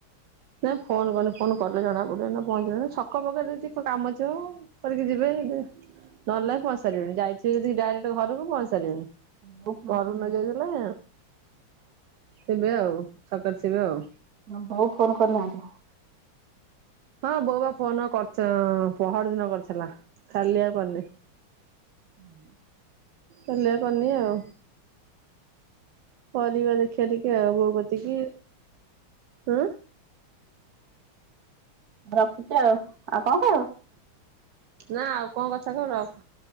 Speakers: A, on the right; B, on the right.
A: ନାଇଁ ଫୋନ କରିନି ଫୋନ କଲେ ଜଣା ପଡିବ ନା ପହଞ୍ଚିଲେଣି ଛକ ଫକ୍ ରେ ଯଦି କଣ କାମ ଥିବ? କରିକି ଯିବେ ନହେଲେ ପହଁଚିସାରିବେଣିି ଯାଇଥିବେ ଯଦି ଡାଇରେକ୍ଟ ଘରକୁ ପହଞ୍ଚିସରିବେନି।
B: ବୋଉ ଫୋନ
A: ଘରୁ
B: କରିନାହାନ୍ତି
A: ନ ଯାଇଥିଲେ ଥିବେ ଆଉ ଛକରେ ଥିବେ ଆଉ।
B: ଆଉ ବୋଉ ଫୋନ କରିନାହାନ୍ତି?
A: ହଁ ବୋଉ ଫୋନ କରିଥି ପହରିଦିନ କରିଥିଲା କାଲି ଆଉ କରିନି।
B: ହୁଁ
A: ହେଲେ ପନି ଆଉ ପରିବାରେ ଖ ଟିକି ଆବ କତିକି ହଁ
B: ରଖୁଛି ଆଉ ଆଉ କଣ କହିବ?
A: ନା ଆଉ କଣ କଥା ହେବି ରଖେ